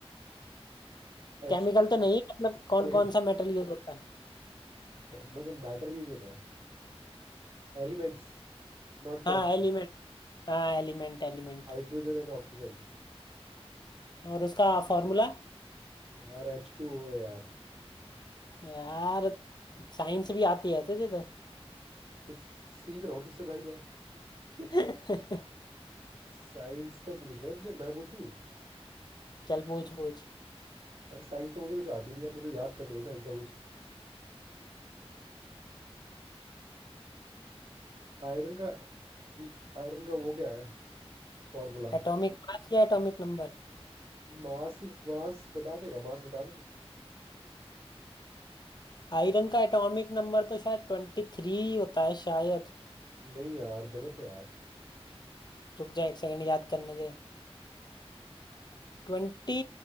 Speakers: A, on the right; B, on the left.
A: एच
B: केमिकल तो नहीं मतलब कौन
A: के
B: कौन सा मेटल यूज होता है
A: कौन कौन सा मैटर यूज होता है Elements not came
B: हाँ एलिमेंट हाँ एलिमेंट एलिमेंट
A: Hydrogen and oxygen
B: और उसका फॉर्मूला
A: यार एच टू ओ है यार
B: यार साइंस भी आती है तुझे तो
A: तो सीख रहा हूँ तुझसे भाई मैं
B: <laughs>
A: <laughs> साइंस का पूछना है तुझसे मैं पूछूं
B: चल पूछ पूछ
A: यार साइंस तो मुझे कुछ आती नहीं यार मेरे को याद करने दे साइंस का कुछ आयरन का आयरन का वो क्या है फॉर्मूला
B: एटॉमिक मास या एटॉमिक नंबर
A: मास ही मास बता देगा मास बता दे
B: आयरन का एटॉमिक नंबर तो शायद ट्वेंटी थ्री होता है शायद
A: नहीं यार गलत है यार
B: रुक जा एक सेकंड याद करने दे ट्वेंटी